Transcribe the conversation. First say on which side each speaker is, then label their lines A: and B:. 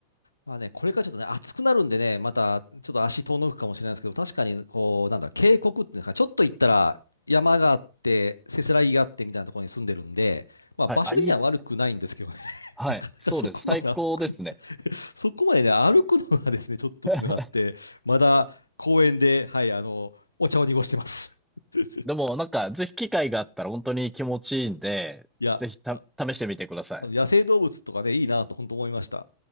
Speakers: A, on the left; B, in the centre.
A: まあね、これからちょっとね、暑くなるんでね、またちょっと足遠のくかもしれないですけど、確かに、こう、なんだ渓谷っていうんですか、ちょっと行ったら山があって、せせらぎがあってみたいなところに住んでるんで、まあ場所的には悪くないんですけどね、
B: はい。あ、いいっすね。
A: <laughs>
B: はい。
A: なかなかそこまで歩くの、
B: そうです。最高ですね。
A: <laughs> そこまでね、歩くのがですね、ちょっとっていうのがあって、
B: <laughs>
A: まだ公園で、はい、あの、お茶を濁してます。<laughs>
B: でも、なんか、ぜひ機会があったら本当に気持ちいいんで、
A: いや、
B: ぜひた、
A: あ
B: 試してみてください。
A: あの野生動物とかね、いいなと本当思いました。